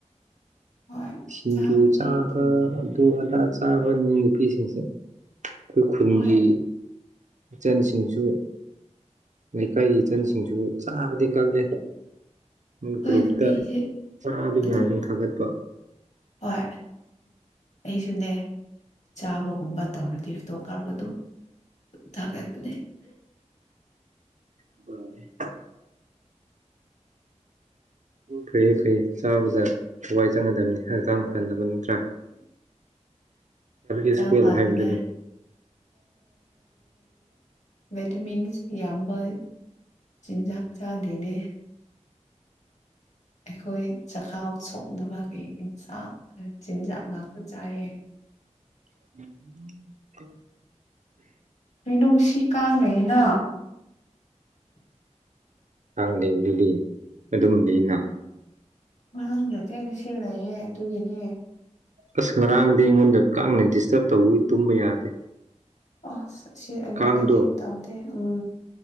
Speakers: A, on the left; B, on the right.
A: ꯍꯣꯏ
B: ꯁꯤꯡꯖꯨ
A: ꯆꯥꯕꯗꯤ
B: ꯆꯥꯕ
A: ꯑꯗꯨꯝ ꯇꯧ
B: ꯑꯗꯨ ꯑꯗꯥ ꯆꯥꯕ ꯅꯤ ꯅꯨꯄꯤꯁꯤꯡꯁꯦ ꯑꯩꯈꯣꯏ ꯈꯨꯟꯒꯤ
A: ꯍꯣꯏ
B: ꯏꯆꯟꯁꯤꯡꯁꯨ ꯂꯩꯀꯥꯏꯒꯤ ꯏꯆꯟꯁꯤꯡꯁꯨ ꯆꯥꯕꯗꯤ ꯀꯜꯂꯦ ꯃꯣꯏ
A: ꯍꯣꯏ
B: ꯒ꯭ꯔꯨꯞꯇ
A: ꯅꯨꯄꯤꯗꯤ
B: ꯆꯥꯕꯒꯤ
A: ꯑꯗꯨꯝ
B: ꯉꯥꯛꯇ ꯊꯥꯒꯠꯄ
A: ꯍꯣꯏ ꯑꯩꯁꯨꯅꯦ ꯆꯥꯕꯒꯨꯝꯕ ꯇꯧꯔꯗꯤ ꯐꯣꯇꯣ ꯀꯥꯞꯔꯒ ꯊꯥꯒꯠꯄꯅꯦ
B: <unintelligible> ꯐꯩ ꯐꯩꯌꯦ ꯆꯥꯕꯗ ꯊꯋꯥꯏ ꯆꯪꯒꯗꯕꯅꯤ ꯍꯛꯆꯥꯡ ꯐꯅꯕ ꯅꯠꯇ꯭ꯔꯥ
A: ꯍꯛꯆꯥꯡ
B: <inaudible>
A: ꯐꯅꯤꯡꯉꯥꯏ
B: ꯍꯥꯢꯕꯗꯨꯅꯤ
A: ꯚꯦꯇꯃꯤꯟꯁ ꯌꯥꯝꯕ ꯆꯤꯟꯖꯥꯛ ꯆꯥꯗꯦꯅꯦ ꯑꯩꯈꯣꯏ ꯆꯈꯥꯎ ꯁꯣꯛꯅꯕꯒꯤ ꯑꯦꯟꯁꯥꯡ ꯆꯤꯟꯖꯥꯛ ꯉꯥꯛꯇ ꯆꯥꯏꯌꯦ
B: ꯎꯝ
A: ꯀꯩꯅꯣ ꯉꯁꯤ ꯀꯥꯡ ꯂꯩꯋꯦꯅ
B: ꯀꯥꯡ ꯂꯩꯔꯤꯗꯨꯗꯤ ꯑꯗꯨꯝ ꯂꯩꯅꯥ
A: ꯉꯔꯥꯡ ꯂꯩꯇꯦ ꯉꯁꯤ ꯂꯩꯌꯦ ꯑꯗꯨꯒꯤꯅꯦ
B: ꯑꯁ ꯉꯔꯥꯡꯗꯤ ꯑꯩꯉꯣꯟꯗ ꯀꯥꯡꯅ ꯗꯤꯁꯇꯔꯕ ꯇꯧꯕꯒꯤ ꯇꯨꯝꯕ ꯌꯥꯗꯦ
A: ꯑꯣ ꯁꯤ ꯑꯩꯉꯣꯟꯗꯗꯤ
B: ꯀꯥꯡꯗꯣ
A: ꯇꯧꯗꯦ ꯎꯝ